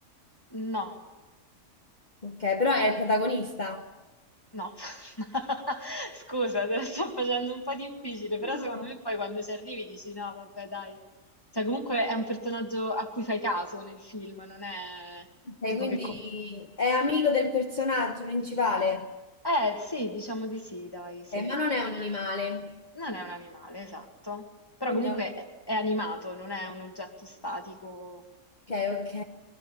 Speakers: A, on the left; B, on the left.
A: no,
B: Ok, però è il protagonista.
A: no. <laughs> Scusa, te la sto facendo un po' difficile, però
B: ok.
A: secondo me poi quando ci arrivi dici no, vabbè, dai. Cioè, comunque è un personaggio a cui fai caso nel film, non è
B: Ok,
A: tipo
B: quindi
A: che... com-
B: è amico del personaggio principale.
A: Eh, sì, diciamo di sì, dai, sì.
B: Eh, ma non è un animale,
A: Non è un animale, esatto. Però
B: quindi
A: comunque
B: ok,
A: è è animato, non è un oggetto statico.
B: ok.